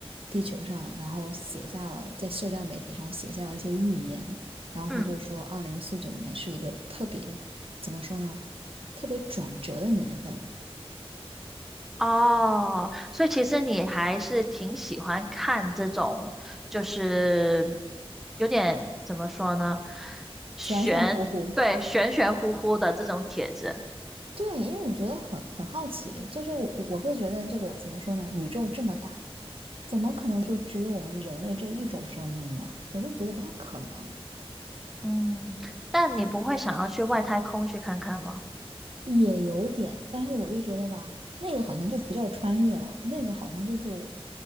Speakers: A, on the right; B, in the centre.
A: 地球上，然后写下了在社交媒体上写下了一些预言，然后他就说二零四九年是一个特别怎么说呢，
B: 嗯，
A: 特别转折的年份，
B: 哦，所以其实你还是挺喜欢看这种，就是有点怎么说呢，玄，
A: 玄玄乎乎，
B: 对，玄玄乎乎的这种帖子。
A: 对，因为我觉得很很好奇，就是我我会觉得这个怎么说呢？宇宙这么大，怎么可能就只有我们人类这一种生命呢？我就觉得不太可能，
B: 嗯，但你不会想要去外太空去看看吗？
A: 也有点，但是我就觉得吧，那个好像就不叫穿越了，那个好像就是